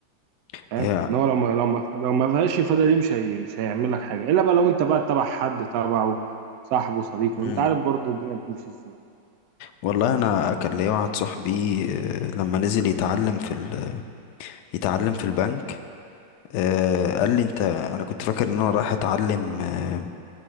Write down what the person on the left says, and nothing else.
<laughs>
يا
مم.
والله أنا كان ليا واحد صاحبي آه، لما نزل يتعلم في ال... يتعلم في البنك آه قال لي انت انا كنت فاكر ان انا رايح اتعلم آه